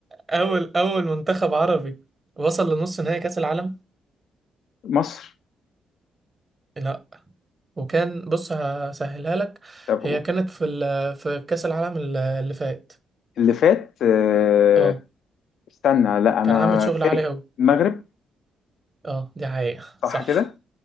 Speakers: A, on the right; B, on the left.
A: اول اول منتخب عربي وصل لنص نهائي كاس العالم
B: مصر
A: لا وكان بص هسهلها لك
B: طب
A: هي
B: قول
A: كانت في ال... في كاس العالم ال- اللي فات
B: اللي فات آه،
A: اه
B: استنى لا انا
A: كان عامل شغل
B: فاكر
A: عالي قوي
B: المغرب
A: اه دي حقيقة
B: صح
A: <laughs> صح
B: كده